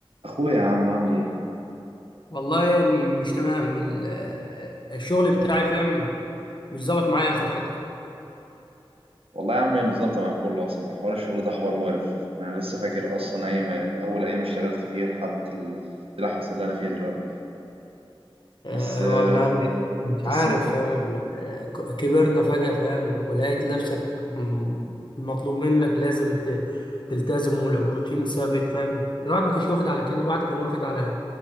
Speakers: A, on the right (about 80°); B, on the left (about 55°).
A: اخويا يا عم عامل ايه
B: والله مش تمام ال- الشغل بتاعي فاهم مش ظابط معايا اخر فتره
A: والله يا عم هي مش ظابطه مع الكل اصلا حوار الشغل ده حوار مقرف انا لسه فاكر اصلا اي ما اول ايام اشتغلت فيها لحد ال- اللحمه اللي انا فيها دلوقتي
B: أه
A: بس آه،
B: ولا مش مش عارف
A: بس
B: فاهم ال- ك- كبرنا فجاه فاهم ولقيت نفسك م- مطلوب منك لازم ت- تلتزم والروتين ثابت فاهم الواحد ما كانش واخد على كده الواحد كان واخد على